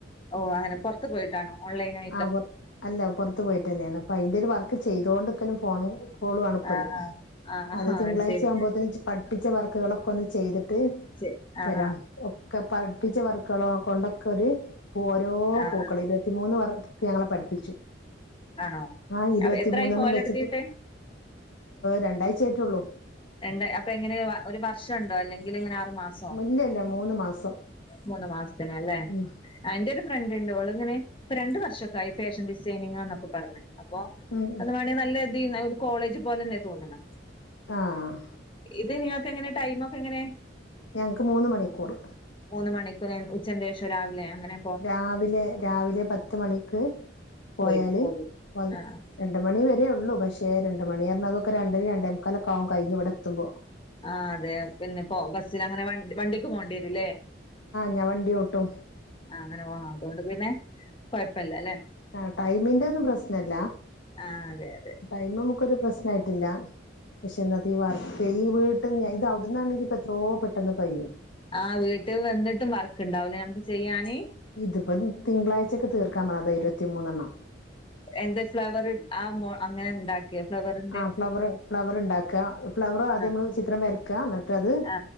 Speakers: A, on the left; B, on the left.
A: ഓഹ് അങ്ങനെ പൊർ ത്ത് പോയിട്ടാണ് ഓൺലൈനായി
B: ആഹ് പൊർ അല്ല പൊർത്ത് പോയിട്ട്ന്നെണ് അപ്പൊ അയിന്റെ ഒരു വർക്ക് ചെയ്ത് തൊണ്ട്ക്കലും ഫോണും കോളു ആണ്പ്പത്
A: ആഹ് ആഹ്
B: അത്
A: ആഹ്
B: തിങ്കളാഴ്ച
A: ശരി
B: യാവുമ്പോത്ത്ന്ച്ച് പഠിപ്പി ച്ച വർക്ക്കളൊക്കൊന്ന് ചെയ്തിട്ട്
A: ശരി ആഹ്
B: വരാം
A: ആഹ്
B: ഒക് ക്ക പഠ്പ്പിച്ച വർക്കെളോ കൊണ്ടക്കൊര് ഓരോ
A: ആഹ്
B: പൂക്കളിലെത്തി
A: ആഹ്
B: മൂന്ന് വർ ഒക്കെ ഞങ്ങളെ പഠ്പ്പിച്ചു
A: ആണോ
B: ആഹ് ഇരുപത്തിമൂന്നെണ്ണം
A: എത്രായി പോവലെടുത്തിട്ട്
B: വെച്ച്ട്ട് രണ്ടായ്ചയ്റ്റൊള്ളൂ
A: രണ്ട് അപ്പെ എങ്ങനെവ ഒര് വർഷണ്ടോ അല്ലെങ്കില്ങ്ങനെ ആറ് മാസ് സൊ
B: ഇല്ല ഇല്ല മൂന്ന് മാസം
A: മൂന്ന് മാസ്ത്തിനല്ലേ
B: ഉം
A: ആഹ് ഇന്റോര് ഫ്രണ്ട്ണ്ട് ഓള് ഇങ്ങനെ പ്പ രണ്ട് വർഷൊക്കായി ഫാഷൻ ഡിസൈനിങ്ങാന്നക്കൊ പറഞ്ഞ് അപ്പൊ
B: ഉം
A: അത് മാണേ ന്നല്ലദീന്ന് ഒര് കോളേജ് പോലെന്നെ തോന്ന്ണ്
B: ആഹ്
A: ഇത് ഇങ്ങക്കെങ്ങനെ ടൈമൊക്കെ എങ്ങനെ
B: ഞങ്ക്ക്ക് മൂന്ന് മണിക്കൂറ്
A: മൂന്ന് മണിക്കൂറെ ഉച്ചന്റെഷൊ രാവിലെ എങ്ങനെ
B: രാവിലെ രാവിലെ പത്ത് മണിക്ക് പോയാല്
A: പോയി പോകും
B: വന്ന്
A: ആഹ്
B: രണ്ട് മണിവരേയുള്ളൂ പഷേ രണ്ട് മണിയർഞ്ഞ അതൊക്കെ രണ്ടരി രണ്ടേ മുക്കാലൊക്കാവു കഴിഞ്ഞിവിടെത്തുമ്പോ
A: ആഹ് അതെ പിന്നെപ്പോ ബസ്സിലങ്ങനെ വൺ വണ്ടിക്ക് പോണ്ട്യേ രുല്ലേ
B: ഞാ വണ്ടി ഓട്ടും
A: ആഹ് അങ്ങനെ പോവാ അതോണ്ട് പിന്നെ കൊയ്പ്പല്ലല്ലേ
B: ആഹ് ട്ടൈമിന്റെന്നും പ്രശ്നല്ല
A: ആഹ് അതെയതെ
B: ടൈമമ്മക്കൊരു പ്രശ്നായ്റ്റില്ല പഷെ ഇന്നത്തീ വർ ട്ടൈ വീട്ട്ന്നെ ഇതവ്ട്ന്നാണെങ്കിപ്പത്രോ പെട്ടെന്ന് കയ്യും
A: ആഹ് വീട്ട്ക് വന്നിട്ടും മർക്ക്ണ്ടാവൂലേ ഞമ്ക്ക് ചെയ്യാന്
B: ഇത്പ്പോ തിങ്കളാഴ്ച്ചക്ക് തീർക്കാം പറത ഇരുപത്തിമൂന്നണ്ണം
A: എന്ത് ഫ്ലവറ് ആഹ് മോ അങ്ങനെണ്ടാ ക്യ ഫ്ലവറ്
B: ആഹ് ഫ്ലവറ് ഫ്ലവറ്ണ്ടാക്ക ഫ്ലവർ ആദ്യമ്മള്
A: ആ
B: ചിത്രം വര്ക്കാ ന്നിട്ടത്
A: ആ